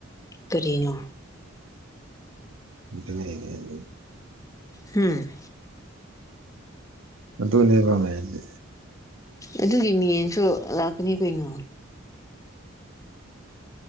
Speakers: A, on the left; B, on the right.
A: ꯀꯔꯤꯅꯣ
B: <unintelligible>
A: ꯍꯝ
B: ꯑꯗꯨꯅꯦꯕ ꯃꯦꯟꯗꯤ
A: ꯑꯗꯨꯒꯤ ꯃꯦꯟꯁꯨ ꯂꯥꯛꯀꯅꯤ ꯀꯩꯅꯣ